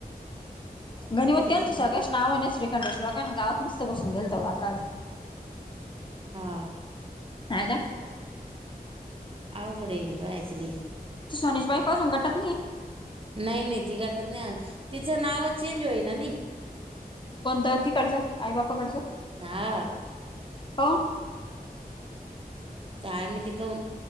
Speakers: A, on the left; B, on the right.
A: गनिमत
B: तेच
A: त्यांच्या
B: ना
A: सगळ्याच नावाने श्रीखंडेश लोकांना गावात नसतं बसून दिलत लोकाला.
B: हा.
A: हाय ना.
B: अवघड आहे बायाचं लई.
A: सोन्याची बायको आहे ना गटात नाही.
B: नाही नाही ती गटात नाही. तिचं नावच चेंज होईल ना नाही.
A: कोणत तिकडचं आई बापाकडचं.
B: हा
A: हो.
B: काय माहिती कौन